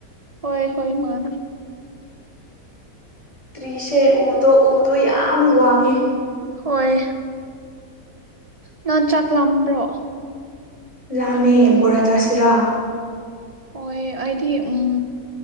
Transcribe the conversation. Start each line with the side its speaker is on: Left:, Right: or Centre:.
Right: ꯍꯣꯏ ꯍꯣꯏ ꯃꯥꯅꯦ
Left: ꯇ꯭ꯔꯤꯁꯦ ꯎꯗꯣ ꯎꯗꯣ ꯌꯥꯝ ꯋꯥꯡꯉꯦ
Right: ꯍꯣꯏ ꯅꯍꯥꯟ ꯆꯥꯛꯂꯝꯥꯝꯕ꯭ꯔꯣ
Left: ꯂꯥꯝꯃꯦ ꯕꯣꯔꯥ ꯆꯥꯁꯤꯔꯥ
Right: ꯍꯣꯏ ꯑꯩꯗꯤ ꯎꯝ